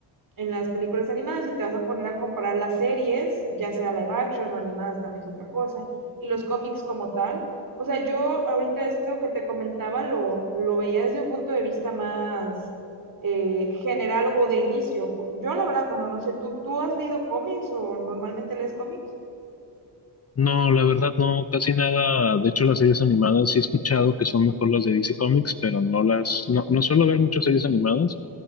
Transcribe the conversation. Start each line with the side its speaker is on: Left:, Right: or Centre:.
Right: en las películas animadas y te vas a poner a comparar las series, ya sea live action o animadas también es otra cosa, y los cómics como tal. O sea, yo ahorita esto que te comentaba lo, lo veía desde un punto de vista más eh, general o de inicio. Yo la verdad, bueno, no sé, ¿tú, tú has leído cómics o normalmente lees cómics?
Left: No, la verdad no, casi nada. De hecho, las series animadas sí he escuchado que son mejor las de DC Comics, pero no las, no, no suelo ver muchas series animadas.